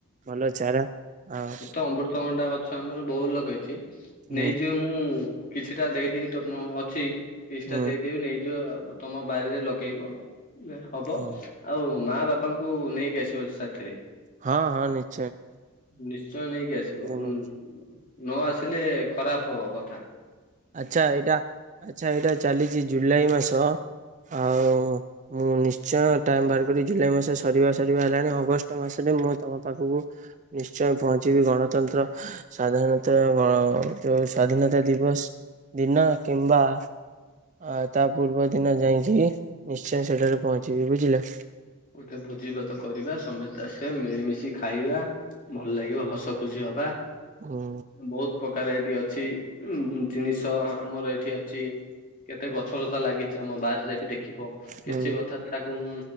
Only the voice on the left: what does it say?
ଏଠି ତ ଅମୃତଭଣ୍ଡା ଗଛ ଆମର ବହୁତ ଲଗେଇଛି ନେଇଯିବ
ମୁଁ କିଛିଟା ଦେଇଦେବି ତ ମୁଁ ଅଛି କିଛିଟା
ଦେଇଦେବି ନେଇଯିବ ଆଉ ବ୍ ତମ ବାରିରେ ଲଗେଇବ ବେ ହବ
ଆଉ ମା ବାପାଙ୍କୁ ନେଇକି ଆସିବ ସାଥିରେ।
ନିଶ୍ଚୟ ନେଇକି ଆସିବ
ଉ ନ
ଆସିଲେ ଖରାପ ହବ କ
ଗୋଟେ ଭୋଜି ଭାତ କରିବା ସମସ୍ତେ ଆସିବେ ମିଳିମିଶି ଖା ଖାଇବା ଭଲ ଲାଗିବ ହସ ଖୁସି ହବା
ବହୁତ ପ୍ରକାର ଏଇଠି ଅଛି ଉ ଜିନିଷ ଆମର ଏଇଠି ଅଛି କେତେ ଗଛ ଲତା ଲାଗିଛି ଛି ଆମ ବାରରେ ବି ଦେଖିବ
କିଛି କଥା ଶାଗୁନ